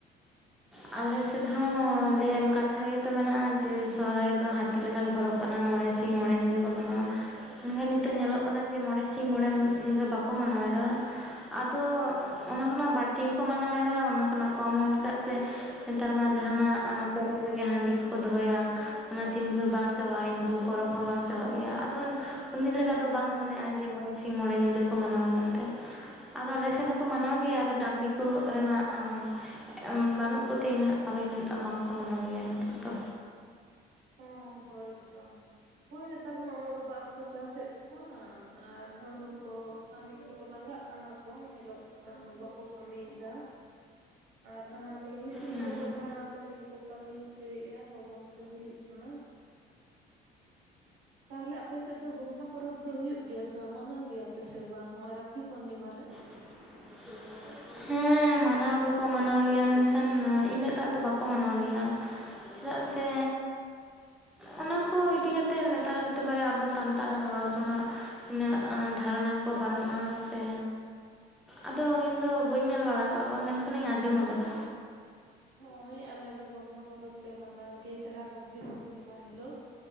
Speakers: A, in the centre; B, on the right.
A: ᱟᱞᱮ ᱥᱮᱫ ᱦᱚᱸ ᱞᱟᱹᱭᱟᱢ ᱠᱟᱛᱷᱟ ᱨᱮᱜᱮ ᱛᱚ ᱢᱮᱱᱟᱜᱼᱟ ᱡᱮ ᱥᱚᱨᱦᱟᱭ ᱫᱚ ᱦᱟᱹᱛᱤ ᱞᱮᱠᱟᱱ ᱯᱚᱨᱚᱵᱽ ᱠᱟᱱᱟ ᱢᱚᱬᱮ ᱥᱤ ᱥᱤᱧ ᱢᱚᱬᱮ ᱧᱤᱫᱟᱹ ᱠᱚ ᱢᱟᱱᱟᱣᱟ ᱢᱮᱱᱠᱷᱟᱱ ᱱᱤᱛᱚᱜ
B: ᱦᱳᱭ
A: ᱧᱮᱞᱚᱜ
B: ᱦᱳᱭ
A: ᱠᱟᱱᱟ ᱡᱮ ᱢᱚᱬᱮ ᱥᱤᱧ ᱥᱤᱧ ᱢᱚᱬᱮ ᱧᱤᱫᱟᱹ ᱵᱟᱠᱚ ᱢᱟᱱᱟᱣᱮᱫᱟ ᱟᱫᱚ ᱚᱱᱟ ᱠᱷᱚᱱᱟᱜ ᱵᱟᱹᱲᱛᱤ ᱦᱚᱸᱠᱚ ᱢᱟᱱᱟᱣᱮᱫᱟ ᱚᱱᱟ ᱠᱷᱚᱱᱟᱜ ᱠᱚᱢ ᱦᱚᱸ ᱪᱮᱫᱟᱜ ᱥᱮ ᱱᱮᱛᱟᱨ ᱢᱟ
B: ᱦᱳᱭ
A: ᱡᱟᱦᱟᱱᱟᱜ
B: ᱦᱳᱭ
A: ᱟᱸᱯ ᱯᱚᱨᱚᱵᱽ ᱨᱮᱜᱮ ᱦᱟᱺᱰᱤ ᱠᱚᱠᱚ ᱫᱚᱦᱚᱭᱟ ᱚᱱᱟ ᱛᱤᱱ ᱵᱷᱩᱨ ᱵᱟᱝ ᱪᱟᱵᱟᱜᱼᱟ ᱤᱱ ᱵᱷᱩᱨ ᱯᱚᱨᱚᱵᱽ ᱦᱚᱸ ᱵᱟᱝ ᱪᱟᱵᱟᱜ ᱜᱮᱭᱟ ᱟᱫᱚ ᱩᱱᱤ ᱞᱮᱠᱟ ᱫᱚ
B: ᱦᱮᱸ
A: ᱵᱟᱝ ᱢᱚᱱᱮᱜᱼᱟ ᱡᱮ ᱢᱚᱬᱮ ᱥᱤᱧ ᱢᱚᱬᱮ ᱧᱤᱫᱟᱹ ᱠᱚ ᱢᱟᱱᱟᱣᱟ ᱢᱮᱱᱛᱮ ᱟᱫᱚ ᱟᱞᱮ ᱥᱮᱫ ᱥᱮᱫ ᱦᱚᱸᱠᱚ ᱢᱟᱱᱟᱣ ᱜᱮᱭᱟ ᱟᱫᱚ ᱰᱟᱝᱨᱤ ᱠᱚ ᱨᱮᱱᱟᱜ ᱟᱸ ᱮᱸᱢ ᱵᱟᱹᱱᱩᱜ ᱠᱚ ᱛᱮ ᱤᱱᱟᱹᱜ ᱫᱚ ᱤᱱᱟᱹᱜ ᱴᱟᱜ ᱵᱟᱝᱠᱚ ᱢᱟᱱᱟᱣ ᱜᱮᱭᱟ ᱱᱮᱛᱟᱨ ᱫᱚ
B: ᱚ ᱦᱳᱭᱛᱚ ᱦᱳᱭ ᱱᱮᱛᱟᱨ ᱢᱟ ᱩᱱᱟᱹᱜ ᱫᱚ ᱵᱟᱝ ᱠᱚ ᱪᱟᱥᱮᱫ ᱠᱚᱣᱟ ᱟᱨ ᱦᱚᱲ ᱦᱚᱸᱠᱚ ᱠᱟᱹᱢᱤ ᱠᱚ ᱞᱟᱸᱜᱟᱜ ᱠᱟᱱᱟ ᱠᱚ ᱧᱮᱞᱚᱜ ᱠᱟᱱᱟ ᱩᱱᱟᱹᱜ ᱵᱟᱠᱚ ᱠᱟᱹᱢᱤᱭᱮᱫᱟ ᱟᱨ ᱦᱟᱱᱟ ᱱᱤᱭᱟᱹ ᱢᱮᱥᱤᱱ
A: ᱦᱩᱸ
B: ᱠᱚ ᱩᱰᱩᱝ ᱠᱟᱱᱟ ᱚᱱᱟ ᱛᱮᱜᱮ ᱠᱚ ᱠᱟᱹᱢᱤ ᱦᱚᱪᱚᱭᱮᱫᱼᱟ ᱞᱚᱜᱚᱱ ᱛᱮ ᱦᱩᱭᱩᱜ ᱠᱟᱱᱟ᱾ ᱛᱟᱞᱦᱮ ᱟᱯᱮ ᱥᱮᱫ ᱫᱚ ᱜᱚᱢᱦᱟ ᱯᱚᱨᱚᱵᱽ ᱫᱚ ᱦᱩᱭᱩᱜ ᱜᱮᱭᱟ ᱥᱮ ᱛᱚ ᱢᱟᱱᱟᱣ ᱜᱮᱭᱟᱯᱮ ᱥᱮ ᱵᱟᱝ ᱦᱚᱸᱜᱼᱚᱭ ᱨᱟᱠᱷᱤ ᱯᱩᱨᱱᱤᱢᱟ ᱨᱮ
A: <unintelligible> ᱦᱮᱸ ᱢᱟᱱᱟᱣ ᱫᱚᱠᱚ ᱢᱟᱱᱟᱣ ᱜᱮᱭᱟ ᱢᱮᱱᱠᱷᱟᱱ ᱤᱱᱟᱹᱜ ᱴᱟᱜ ᱫᱚ ᱵᱟᱠᱚ ᱢᱟᱱᱟᱣ ᱜᱮᱭᱟ ᱪᱮᱫᱟᱜ ᱥᱮ ᱚᱱᱟ ᱠᱚ ᱤᱫᱤ ᱠᱟᱛᱮᱫ ᱱᱮᱛᱟᱨ ᱦᱚᱛᱮ ᱯᱟᱨᱮ ᱟᱵᱚ ᱥᱟᱱᱛᱟᱲ ᱦᱚᱲ ᱦᱚᱯᱚᱱᱟᱜ ᱤᱱᱟᱹᱜ ᱮᱸ ᱫᱷᱟᱨᱚᱱᱟ ᱠᱚ ᱵᱟᱹᱱᱩᱜᱼᱟ ᱥᱮ ᱟᱫᱚ ᱤᱧ ᱫᱚ ᱵᱟᱹᱧ ᱧᱮᱞ ᱵᱟᱲᱟ ᱠᱟᱫ ᱠᱚᱣᱟ ᱢᱮᱱᱠᱷᱟᱱᱤᱧ ᱟᱸᱡᱚᱢ ᱠᱟᱫᱟ
B: ᱦᱳᱭ ᱟᱞᱮ ᱫᱚ ᱜᱳᱢᱦᱟ ᱯᱚᱨᱚᱵᱽ ᱞᱮ ᱢᱟᱱᱟᱣ ᱜᱮ ᱡᱟᱦᱟᱸ ᱨᱟᱠᱷᱤ ᱯᱩᱨᱱᱤᱢᱟ ᱦᱤᱞᱳᱜ।